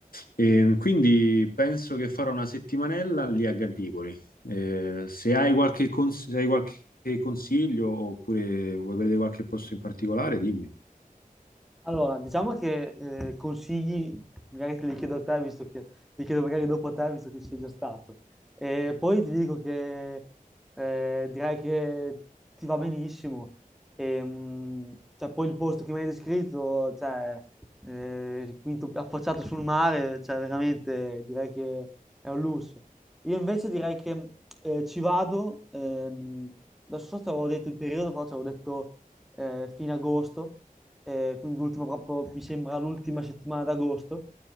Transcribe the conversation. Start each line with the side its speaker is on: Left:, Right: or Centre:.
Left: E quindi penso che farò una settimanella lì a Gallipoli. Eh, se hai qualche, cons- se hai qualche consiglio oppure vuoi prendere qualche posto in particolare, dimmi.
Centre: Allora, diciamo che eh, consigli, magari te li chiedo a te, visto che li chiedo magari dopo a te, visto che ci sei già stato. E poi ti dico che eh, direi che ti va benissimo. E, mh, cioè, poi il posto che mi hai descritto, cioè, eh, il quinto affacciato sul mare, cioè, veramente direi che è un lusso. Io invece direi che eh, ci vado, ehm, adesso so se avevo detto il periodo, però ci avevo detto eh, fino ad agosto, eh, quindi l'ultima proprio, mi sembra l'ultima settimana d'agosto,